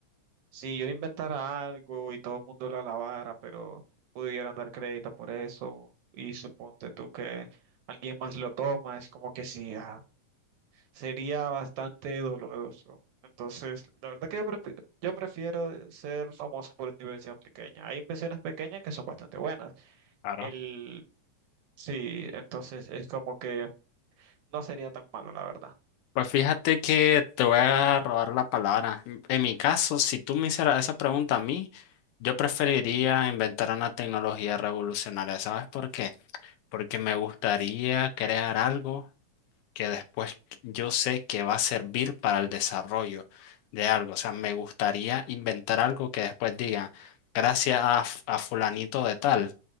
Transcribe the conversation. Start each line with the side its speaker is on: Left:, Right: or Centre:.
Right: si yo inventara algo y todo el mundo lo alabara, pero pudieran dar crédito por eso, y suponte tú que alguien más lo toma, es como que sí, ah, sería bastante doloroso. Entonces, la verdad que yo, prefi- yo prefiero ser famoso por una invención pequeña. Hay invenciones pequeñas que son bastante buenas.
Left: Claro.
Right: El, sí, entonces es como que no sería tan malo, la verdad.
Left: Pues fíjate que te voy a robar la palabra. En en mi caso, si tú me hicieras esa pregunta a mí, yo preferiría inventar una tecnología revolucionaria. ¿Sabes por qué? Porque me gustaría crear algo que después yo sé que va a servir para el desarrollo de algo. O sea, me gustaría inventar algo que después diga, gracias a, f- a fulanito de tal,